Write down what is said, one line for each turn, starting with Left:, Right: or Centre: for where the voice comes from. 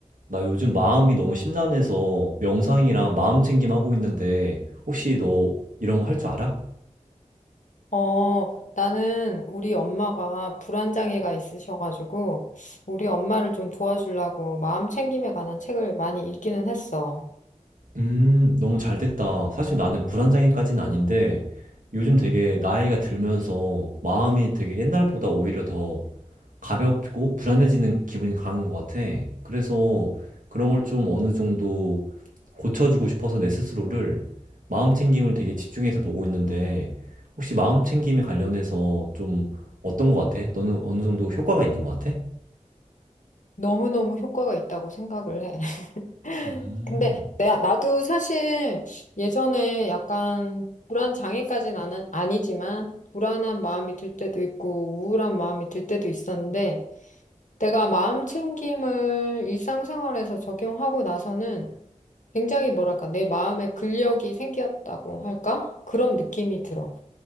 Right: 나 요즘 마음이 너무 심란해서 명상이랑 마음 챙김 하고 있는데 혹시 너 이런 거 할 줄 알아?
Left: 어, 나는 우리 엄마가 불안장애가 있으셔가지고, 우리 엄마를 좀 도와주려고 마음 챙김에 관한 책을 많이 읽기는 했어.
Right: 음, 너무 잘 됐다. 사실 나는 불안장애까지는 아닌데, 요즘 되게 나이가 들면서 마음이 되게 옛날보다 오히려 더 가볍고 불안해지는 기분이 강한 것 같아. 그래서 그런 걸 좀 어느 정도 고쳐주고 싶어서 내 스스로를 마음 챙김을 되게 집중해서 보고 있는데, 혹시 마음 챙김에 관련해서 좀 어떤 것 같아? 너는 어느 정도 효과가 있는 것 같아?
Left: 너무너무 효과가 있다고 생각을 해. <laughs>
Right: 음.
Left: 근데 내, 나도 사실 예전에 약간 불안장애까지는 아는- 아니지만, 불안한 마음이 들 때도 있고, 우울한 마음이 들 때도 있었는데, 내가 마음 챙김을 일상생활에서 적용하고 나서는 굉장히 뭐랄까, 내 마음에 근력이 생겼다고 할까? 그런 느낌이 들어.